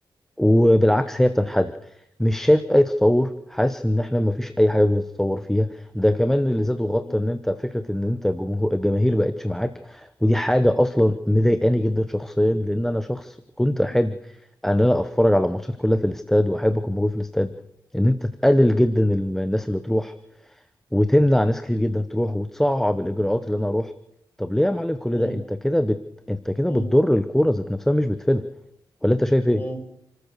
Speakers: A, in the centre; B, on the left (about 25°).
A: وبالعكس هي بتنحدر
B: م-
A: مش شايف اي تطور حاسس ان احنا ما فيش اي حاجه بنتطور فيها ده كمان اللي زاد وغطى
B: م-
A: ان انت فكره ان انت جمهور الجماهير بقتش معاك ودي حاجه اصلا مضايقاني جدا شخصيا لان انا شخص كنت احب
B: م-
A: ان انا اتفرج على الماتشات كلها في الاستاد واحب اكون موجود في الاستاد ان انت تقلل
B: م-
A: جدا الم- الناس اللي تروح وتمنع ناس كتير جدا تروح وتصعب الاجراءات اللي انا اروح طب ليه يا معلم كل
B: م-
A: ده انت كده بت... انت كده
B: م-
A: بتضر الكوره ذات نفسها مش بتفيدها ولا انت شايف ايه
B: م-